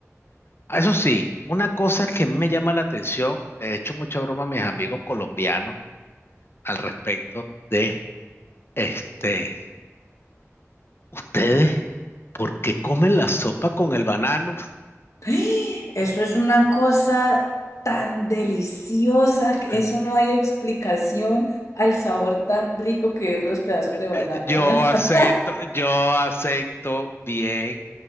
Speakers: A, on the left; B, on the left.
A: Ah, Eso sí, una cosa que a mí me llama la atención, he hecho mucha broma a mis amigos colombianos al respecto de, este, ustedes, ¿por qué comen la sopa con el banano?
B: ¡Ah! Eso es una cosa tan deliciosa, que
A: <laughs>
B: eso no hay explicación al sabor tan rico que es los pedazos de banano
A: Eh, Yo
B: en la salsa.
A: acepto, yo acepto bien,